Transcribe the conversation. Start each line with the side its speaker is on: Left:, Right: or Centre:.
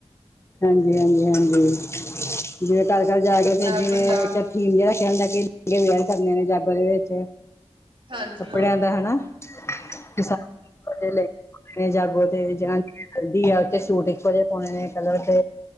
Left: ਹਾਂਜੀ ਹਾਂਜੀ, ਹਾਜੀ ਜਿਵੇਂ ਘਰ- ਘਰ ਜਾ ਕੇ ਫਿਰ
Right: ਨਾਲ
Left: ਜਿਵੇਂ
Right: ਪੰਜਾਬ
Left: ਇੱਕ ਥੀਮ ਜਿਹਾ ਰੱਖਿਆ ਹਿੰਦਾ ਕੇ ਵੀਅਰ ਕਰਨੇ ਨੇ ਜਾਗੋ ਦੇ ਵਿੱਚ
Right: ਹਾਂਜੀ
Left: ਕੱਪੜਿਆਂ ਦਾ ਹਨਾ <unintelligible> ਜਾਗੋ ਤੇ ਜਾ ਕੇ ਕਹਿੰਦੀ ਆ ਕੇ ਸੂਟ ਇੱਕੋ ਜੇ ਪਾਉਣੇ ਨੇ ਕਲਰ ਦੇ